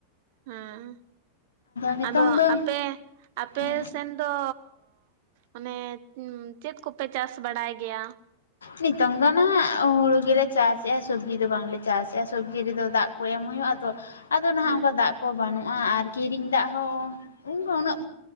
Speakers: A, on the right; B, on the left.
A: ᱦᱮᱸ
B: ᱱᱤᱛᱚᱝ
A: ᱟᱫᱚ
B: ᱫᱚ
A: ᱟᱯᱮ ᱟᱯᱮ
B: ᱦᱮᱸ
A: ᱥᱮᱱ ᱚ ᱟᱱᱮ ᱪᱮᱫ ᱠᱚᱯᱮ ᱪᱟᱥ ᱵᱟᱲᱟᱭ ᱜᱮᱭᱟ?
B: ᱱᱤᱛᱚᱝ ᱫᱚ ᱱᱟᱦᱟᱜ ᱦᱩᱲᱩ ᱜᱮᱞᱮ ᱪᱟᱥᱮᱫᱼᱟ ᱥᱚᱵᱽᱡᱤ ᱫᱚ ᱵᱟᱝᱞᱮ ᱪᱟᱥᱮᱫᱼᱟ ᱥᱚᱵᱽᱡᱤ ᱨᱮᱫᱚ ᱫᱟᱜ ᱠᱚ ᱮᱢ ᱦᱩᱭᱩᱜᱼᱟ ᱛᱚ ᱟᱫᱚ ᱱᱟᱦᱟᱜ
A: ᱦᱮᱸ
B: ᱚᱱᱠᱟ ᱫᱟᱜ ᱠᱚ ᱵᱟᱹᱱᱩᱜᱼᱟ ᱟᱨ ᱠᱤᱨᱤᱧ ᱫᱟᱜ ᱦᱚᱸ, ᱩᱱ ᱩᱱᱟᱹᱜ